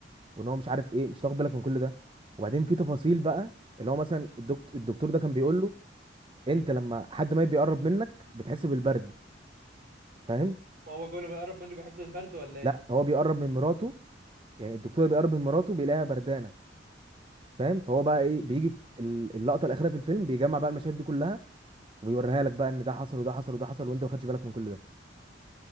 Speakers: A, on the right (about 30°); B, on the right (about 50°).
A: وان هو مش عارف ايه مش هتاخد بالك من كل ده وبعدين في تفاصيل بقى اللي هو مثلا الدكتور الدكتور ده كان بيقول له انت لما حد ما بيقرب منك بتحس بالبرد فاهم
B: فهو كل ما يقرب منه بيحس بالبرد ولا ايه
A: لا هو بيقرب من مراته يعني الدكتور بيقرب من مراته بيلاقيها بردانه فاهم فهو بقى ايه بيجي في ال- اللقطه الاخيره في الفيلم بيجمع بقى المشاهد دي كلها وبيوريها لك بقى ان ده حصل وده حصل وده حصل وانت ما خدتش بالك من كل ده